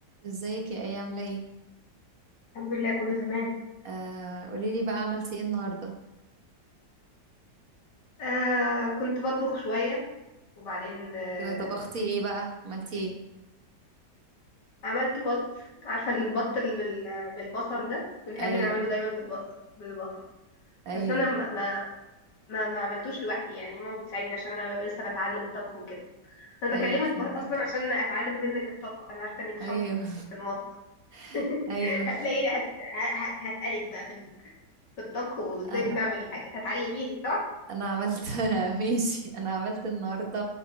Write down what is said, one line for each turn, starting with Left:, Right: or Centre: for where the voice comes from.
Right: ازيك يا ايه عامله ايه
Left: الحمد لله كله تمام
Right: آه قولي لي بقى عملتي ايه النهارده
Left: آه كنت بطبخ شوية وبعدين آه
Right: ايوه طبختي ايه بقى عملتي ايه
Left: عملت بط عارفة البط اللي بال- بالبصل ده بنحب
Right: ايوه
Left: نعمله دايما بالبصل بالبصل
Right: ايوه
Left: بس أنا ما ما ما ما عملتوش لوحدي يعني ماما بتساعدني عشان أنا لسه بتعلم الطبخ وكده أنا
Right: ايوه
Left: بكلمك
Right: فهمك
Left: ب- أصلا عشان أتعلم منك الطبخ أنا عارفة إنك شاطرة
Right: ايوه
Left: في المطبخ
Right: <laughs>
Left: <laughs>
Right: ايوه
Left: هتلاقيني هس... ه- ه- هسألك بقى في ال- في الطبخ وإزاي
Right: انا
Left: بنعمل الحاجات هتعلميني صح؟
Right: انا عملت <laughs> ماشي انا عملت النهارده